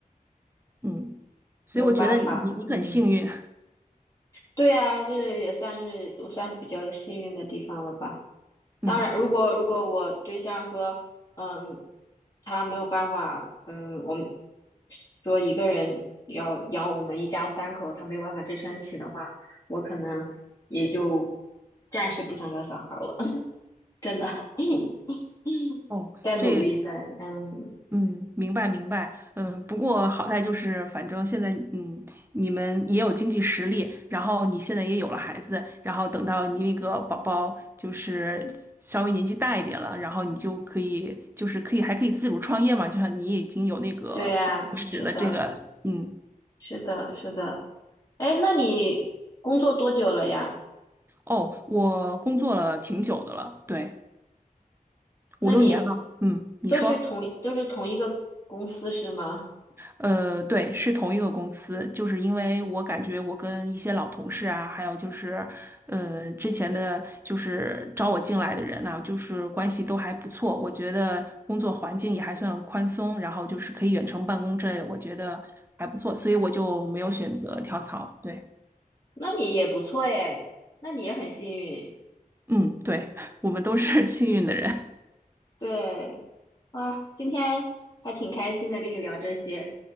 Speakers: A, on the right; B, on the left.
A: 嗯，所以我觉得你你很幸运。
B: 没有办法，嗯。对啊，这也算是我算是比较幸运的地方了吧。
A: 嗯，
B: 当然，如果如果我对象说，嗯，他没有办法，嗯，我们说一个人要养我们一家三口，他没有办法支撑起的话，我可能也就暂时不想要小孩了。<laughs> 真的，<laughs>
A: 哦，
B: 在努力的，
A: 这，
B: 嗯，
A: 嗯，明白明白，嗯，不过好在就是，反正现在，嗯，你们也有经济实力，然后你现在也有了孩子，然后等到你那个宝宝就是稍微年纪大一点了，然后你就可以，就是可以还可以自主创业嘛，就像你已经有那个工作室的这个，
B: 对呀，是的，
A: 嗯，
B: 是的，是的。哎，那你工作多久了呀？
A: 哦，我工作了挺久的了，对，
B: 那你
A: 五六年了，嗯，你说。
B: 都是同都是同一个公司是吗？
A: 呃，对，是同一个公司，就是因为我感觉我跟一些老同事啊，还有就是，呃，之前的就是招我进来的人啊，就是关系都还不错，我觉得工作环境也还算宽松，然后就是可以远程办公之类的，我觉得还不错，所以我就没有选择跳槽。对，
B: 那你也不错诶，那你也很幸运。
A: 嗯，对，<laughs> 我们都是 <laughs> 幸运的人。
B: 对啊，今天还挺开心的，跟你聊这些。